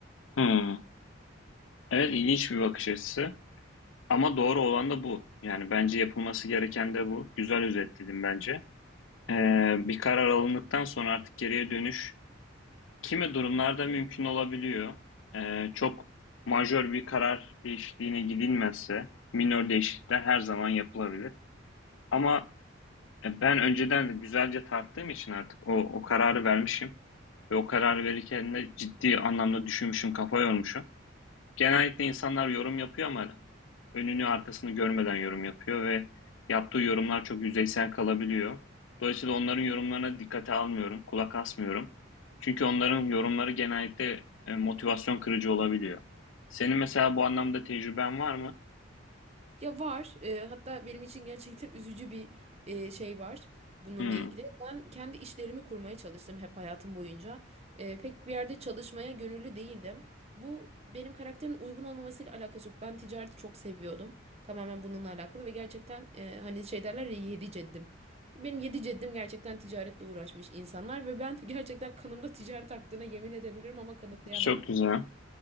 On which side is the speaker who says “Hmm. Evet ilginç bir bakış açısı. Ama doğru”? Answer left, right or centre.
Left